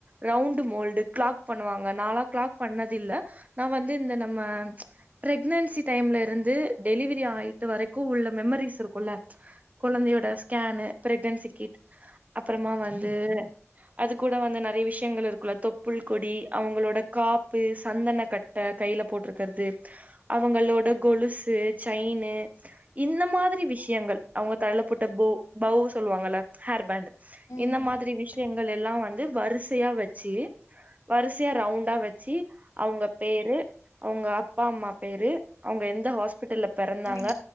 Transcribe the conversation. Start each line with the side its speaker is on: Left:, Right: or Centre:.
Right: round mould clock பண்ணுவாங்க நாலா கிளாக் பண்ணதில்ல் நா வந்து இந்த ந நம்ம
Left: ம் ம்
Right: ப்ரெக்னன்சி டைம்ல இருந்து டெலிவரி ஆயிட்டு வரைக்கு உள்ள மெமரிஸ் இருக்குல்ல கொஅழந்தையோட ஸ்கேனு
Left: ஆமா
Right: பிரெக்னன்சி கிட் அப்பறமா வந்து அது கூட வந்து நெறைய விஷியங்கள் இருக்குல தொப்புள் கொடி அவுங்களோட காப் ப்பு
Left: ம்ஹும்
Right: சந்தன கட்ட கைலப் ட்ருக்கிறது அவுங்களோட கொலுசு ச்சைனு இந்த மா அரி விஷியங்கள் அவுங்க தலையிலீ போட்ட ஃபோ பௌ சொல்வாங்கல்ல ஹேர்பேண்ட்
Left: ம்
Right: இந்த
Left: ம்
Right: மாதிரி விஷ் கியங்கள் எல்லா வந்து வரிசையா வச்சி வரிசையா ரவுண்டா வச்சி அவுங்க பேரு அவுங்க அப்பா அம்மா பேரு அவுங்க எந்த ஹாஸ்பிட்டல்ல பெறந்தாங்க
Left: ம் ம்ஹும் ம்ஹும்